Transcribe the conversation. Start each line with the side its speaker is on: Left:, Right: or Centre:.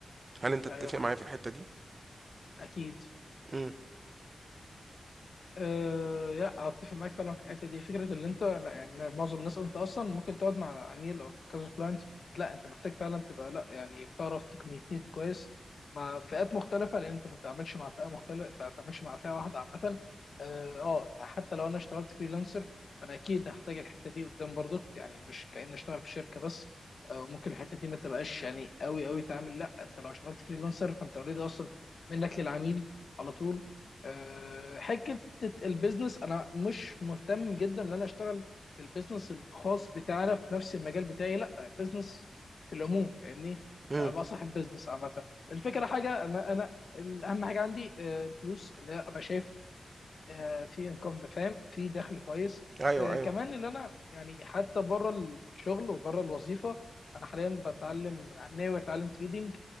Right: هل انت تتفق
Left: ايوه معاك
Right: معايا في الحته دي
Left: اكيد
Right: امم
Left: أه لا اتفق معاك فعلا في الحته دي فكره اللي انت لا يعني معظم الناس انت اصلا ممكن تقعد مع عميل او كذا كلاينت لا انت محتاج فعلا تبقى لا يعني بتعرف تكميكيت كويس مع فئات مختلفه لان انت ما بتتعاملش مع فئه مختلفه ما بتتعاملش مع فئه واحده عامه اه آه، يعني حتى لو انا اشتغلت فريلانسر فانا اكيد هحتاج الحته دي قدام برضك يعني مش كأني اشتغل في شركه بس أه ممكن الحته دي ما تبقاش يعني قوي قوي تعامل لا انت لو اشتغلت فريلانسر فانت اوريدي اصلا منك للعميل على طول آه، حته حته البيزنس انا مش مهتم جدا ان انا اشتغل في البيزنس الخاص بتاعنا في نفس المجال بتاعي لا بيزنس في العموم فاهمني
Right: امم
Left: ابقى صاحب بيزنس عامه الفكره حاجه انا انا اهم حاجه عندي آه، الفلوس اللي هي ابقى شايف آه، في انكم ده فاهم في دخل كويس
Right: ايوه
Left: آه،
Right: ايوه
Left: كمان اللي انا يعني حتى بره الشغل وبره الوظيفه انا حاليا بتعلم ناوي اتعلم تريدينج